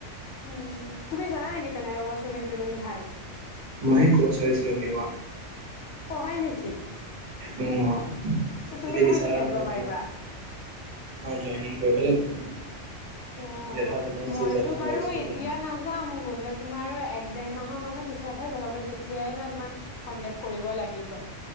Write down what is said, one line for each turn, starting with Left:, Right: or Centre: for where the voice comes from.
Left: উম, তুমি জানা নেকি তেনেকে ক'ৰবাত চুইমিং-তুইমিং ভাল?
Right: মই কোচ হয়, চুইমিংৰ।
Left: অ', হয় নেকি?
Right: উম অঁ
Left: ত' তুমিয়ে
Right: যদি
Left: দেখোন
Right: বিচাৰা,
Left: শিকাই দিব
Right: মই
Left: পাৰিবা।
Right: তোমাক হয়, জয়েনিং কৰিব লাগিব তুমি।
Left: অঁহ,
Right: ধৰা তোমাৰ ছিজনেল
Left: মইতো বাৰু
Right: ৱাইজ থাকে
Left: এতিয়া নাযাম, গ'লে তোমাৰো আৰু এক-ডেৰ মাহৰ মানত পিছতহে যাব পাৰিম। তেতিয়াই মানে তোমাক কণ্টেক্ট কৰিব লাগিব।